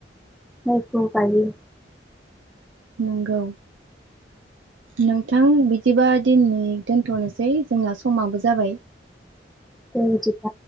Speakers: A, in the centre; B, on the right (about 85°).
A: माइखौ गायो।
B: नंगौ नोंथां बिदिबा दिननि दोनथ'नोसै जोंना समाबो जाबाय।
A: दे बिदिब्ला